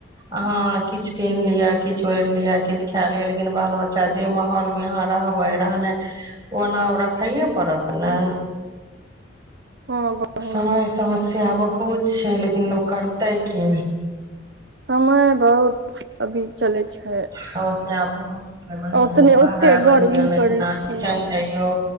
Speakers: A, on the right; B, on the right.
A: अहाँ किछु पिन्ह लिअ किछु ओढ़ि लिअ किछु खा लिअ लेकिन बाल बच्चा जे माहौलमे अहाँ रहबै रहने ओना ओ रखैए पड़त ने
B: हँ ग बहिन
A: समय समस्या बहुत छै लेकिन लोक करतै की
B: समय बहुत अभी चलै छै
A: समस्या बहुत बढ़
B: ओतने
A: महगाइ
B: ओते
A: बढ़ि
B: गर्मी
A: गेलै
B: करलखिन
A: ह किचेन
B: हँ
A: जइयो